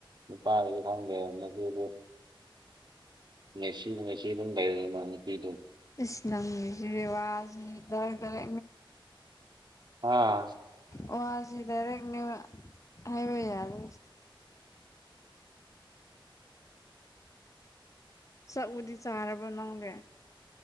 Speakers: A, on the right (about 55°); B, on the left (about 35°).
A: ꯅꯨꯄꯥꯗꯗꯤ ꯈꯪꯗꯦ ꯉꯁꯤ ꯑꯗꯨ ꯉꯦꯁꯤ ꯉꯦꯁꯤ ꯑꯗꯨꯝ ꯂꯩꯔꯗꯅ ꯅꯨꯄꯤꯗꯨꯣ
B: ꯏꯁꯁꯅ ꯔꯋꯥꯖ ꯗꯔ ꯇꯔ
A: ꯑꯥ
B: ꯋꯥ ꯁꯤ ꯗꯥꯏꯔꯦꯛꯅꯦ ꯍꯥꯏꯕ ꯌꯥꯔ ꯆꯥꯛꯎꯗꯤ ꯆꯥꯔꯕ ꯅꯪꯒꯦ